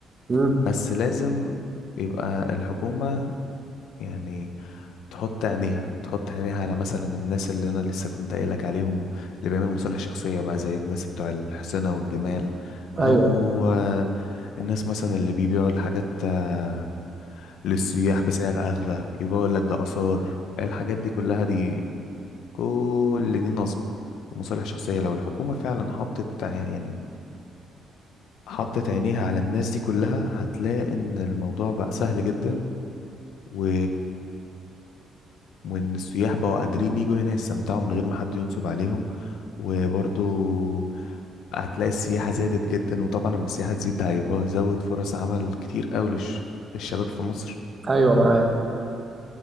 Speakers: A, on the right; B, on the left.
A: امم
B: بس لازم يبقى الحكومة يعني تحط عينيها تحط عينيها على مثلا الناس اللي انا لسه كنت قايل لك عليهم اللي بيعملوا مصالح شخصية بقى زي الناس بتوع الحسنة والجمال
A: ايوه
B: او آه، الناس مثلا اللي بيبيعوا الحاجات آه، للسياح بسعر اغلى يبقى يقول لك ده آثار الحاجات دي كلها دي كل دي نصب ومصالح شخصية لو الحكومة فعلا حطت ع- يعني حطت عينيها على الناس دي كلها هتلاقي ان الموضوع بقى سهل جدا و... وان السياح بقوا قادرين يجوا هنا يستمتعوا من غير ما حد ينصب عليهم وبرضو هتلاقي السياحة زادت جدا وطبعا لما السياحة تزيد ده هيبقى زود فرص عمل كتير قوي للش... للشباب في مصر
A: ايوه معاك